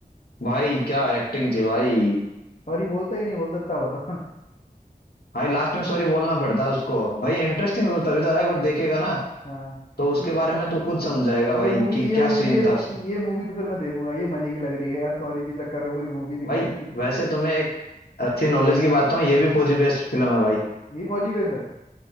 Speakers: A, on the left; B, on the left.
A: भाई क्या एक्टिंग थी भाई
B: सॉरी बोलता ही नहीं बोलता इतना बता
A: भाई लास्ट में सॉरी बोलना पड़ता है उसको भाई इंटरेस्टिंग तो तभी तो रहा है एक बार देखेगा ना
B: हाँ
A: तो उसके
B: तो ये
A: बारे में तो खुद समझाएगा भाई
B: ये मूवी
A: कि क्या
B: ये मूवी
A: सीन
B: ये मूवी
A: था उसका
B: ये मूवी तो फिर मैं देखूंगा ये मजे की लग रही है यार सॉरी के चक्कर में पूरी मूवी निकाल
A: भाई
B: दी
A: वैसे तुम्हें एक अच्छी नॉलेज की बात बताऊं ये भी फौजी बेस्ड फिल्म है भाई
B: यही फौजी बेस है